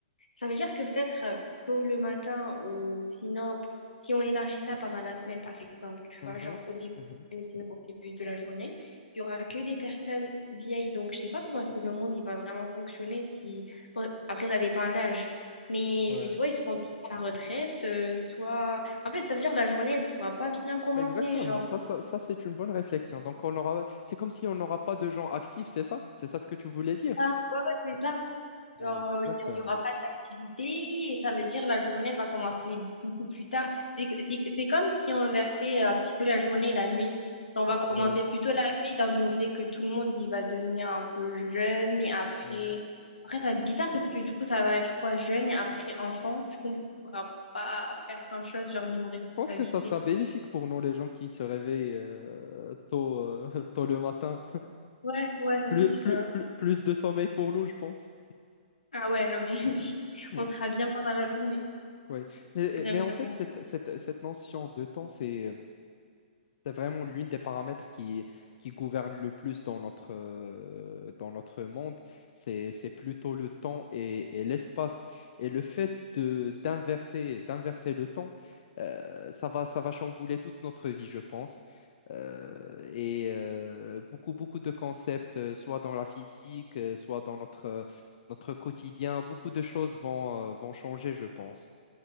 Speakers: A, on the left; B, on the left.
A: ça veut dire que peut-être euh, tôt le matin ou sinon si on élargit ça pendant la semaine par exemple, tu
B: Mhm,
A: vois, genre au début
B: mhm.
A: ou sinon au début de la journée, il y aura que des personnes vieilles. Donc je sais pas comment est-ce que le monde il va vraiment fonctionner si bon, après ça dépend de l'âge, mais
B: Ouais.
A: c'est soit ils seront tous à la retraite, euh, soit en fait ça veut dire que la journée elle pourra pas bien commencer,
B: Exactement.
A: genre
B: Ça, ça, ça, c'est une bonne réflexion. Donc, on aura... c'est comme si on n'aura pas de gens actifs, c'est ça? C'est ça ce que tu voulais dire?
A: ça. Ouais, ouais, c'est ça.
B: Ouais,
A: Genre, euh,
B: Exactement.
A: il n'y aura pas d'activité et ça veut dire la journée elle va commencer beaucoup plus tard. C'est, c'est, c'est comme si on inversait un petit peu la journée et la nuit. On va commencer
B: Ouais,
A: plutôt la nuit, étant donné que tout le monde il va devenir un peu jeune et après.
B: ouais.
A: Après, ça va être bizarre parce que du coup, ça va être quoi, jeune et après enfant. Du coup, on pourra pas faire grand-chose, genre niveau responsabilité.
B: pense que ça sera bénéfique pour nous, les gens qui se réveillent euh, tôt, euh, <laughs> tôt le matin.
A: Ouais, ouais, ça
B: Plus,
A: c'est sûr.
B: plus, plus, plus de sommeil pour nous, je pense.
A: Ah ouais, non mais <laughs> oui,
B: <laughs>
A: on sera bien pendant la journée.
B: Oui. Mais,
A: J'avoue,
B: mais en
A: j'avoue.
B: fait, cette, cette, cette notion de temps, c'est euh, C'est vraiment l'une des paramètres qui, qui gouverne le plus dans notre, euh, dans notre monde. C'est, c'est plutôt le temps et, et l'espace. Et le fait de, d'inverser, d'inverser le temps, euh, ça va, ça va chambouler toute notre vie, je pense. Euh, et euh, beaucoup, beaucoup de concepts, euh, soit dans la physique, euh, soit dans notre, euh, notre quotidien, beaucoup de choses vont, euh, vont changer, je pense.